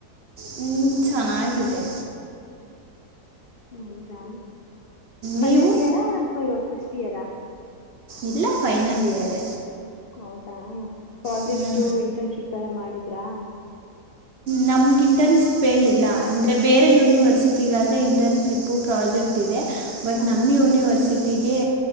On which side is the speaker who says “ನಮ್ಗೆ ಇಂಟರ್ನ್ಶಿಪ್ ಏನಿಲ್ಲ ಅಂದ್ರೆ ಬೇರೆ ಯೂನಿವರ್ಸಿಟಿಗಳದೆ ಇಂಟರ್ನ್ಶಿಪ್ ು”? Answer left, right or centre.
Right